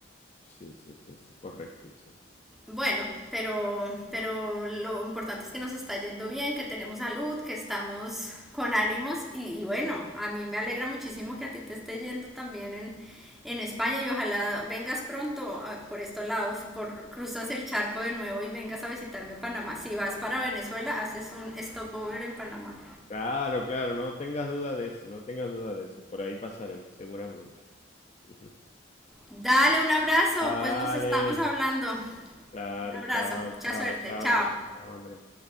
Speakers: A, on the left; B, in the centre.
A: Sí, sí, sí, sí, correctísimo.
B: Bueno, pero, pero lo importante es que nos está yendo bien, que tenemos salud, que estamos con ánimos y, y bueno, a mí me alegra muchísimo que a ti te esté yendo también en, en España y ojalá vengas pronto ah, por estos lados, por, cruzas el charco de nuevo y vengas a visitarme a Panamá. Si vas para Venezuela, haces un stopover en Panamá.
A: Claro, claro, no tengas duda de eso, no tengas duda de eso. Por ahí pasaré, seguramente. <laughs>
B: Dale un abrazo,
A: Vale,
B: pues nos estamos hablando. Un
A: claro,
B: abrazo,
A: chao,
B: mucha
A: chao,
B: suerte,
A: chao,
B: chao.
A: An- chao, Andrés.